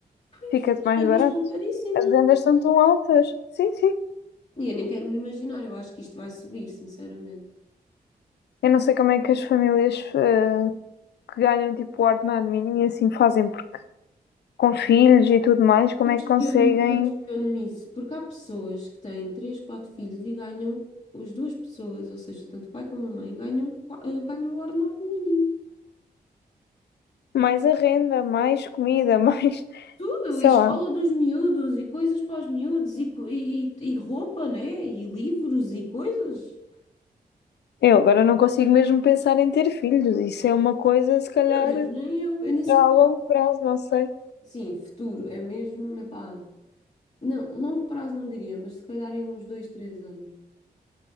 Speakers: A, on the left; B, on the left.
A: Pois.
B: Fica-te
A: As
B: mais
A: rendas
B: barato.
A: estão caríssimas.
B: As rendas estão tão altas. Sim, sim.
A: E eu nem quero me imaginar, eu acho que isto vai subir, sinceramente.
B: Eu não sei como é que as famílias eh, que ganham tipo o ordenado mínimo e assim fazem, porque com filhos e tudo mais, como
A: Eu
B: é
A: questiono,
B: que conseguem
A: eu questiono-me isso, porque há pessoas que têm três, quatro filhos e ganham, as duas pessoas, ou seja, tanto o pai como a mãe, ganham, qua- eh, ganham o ordenado mínimo.
B: mais a renda, mais comida, mais. <laughs>
A: Tudo,
B: Sei
A: e escola
B: lá.
A: dos miúdos, e coisas para os miúdos, e, co- e, e roupa, né? E livros, e coisas.
B: Eu agora não consigo mesmo pensar em ter filhos. Isso é uma coisa, se calhar,
A: Meu Deus,
B: já
A: nem eu, eu nem sei.
B: a longo prazo, não sei.
A: Sim, futuro, é mesmo, epá. Não, longo prazo não diria, mas se calhar em uns dois, três anos.